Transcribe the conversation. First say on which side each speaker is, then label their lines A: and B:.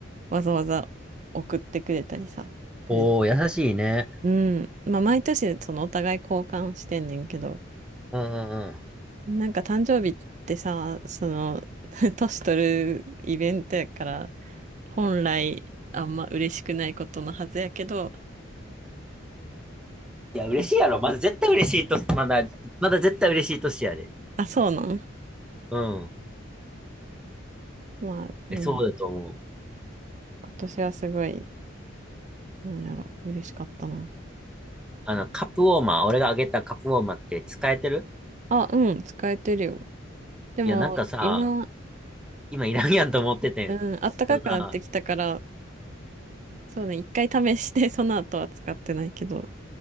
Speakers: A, on the right (about 35°); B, in the centre.
A: わざわざ送ってくれたりさ。プレゼント
B: おー、優しいね。
A: うん。まあ毎年そのお互い交換してんねんけど、
B: うんうんう
A: なんか誕生日ってさ、その、<laughs> 年取るイベントやから、本来あんま嬉しくないことのはずやけど、
B: ん。いや、嬉しいやろ。
A: うん
B: まだ絶対嬉しいと、まだ、まだ絶対嬉しい年やで。
A: あ、そうなん
B: うん。
A: まあ、うん。
B: え、そうだと思う。
A: 今年はすごい、なんやろ、嬉しかったな。
B: あの、カップウォーマー、俺があげたカップウォーマーって使えてる
A: あ、うん、使えてるよ。でも、
B: いや、なんかさ、
A: 今、
B: 今いらんやんと思っててん。
A: うん、暖かくなってきたから、
B: けどさ、
A: そうね、一回試して、その後は使ってないけど、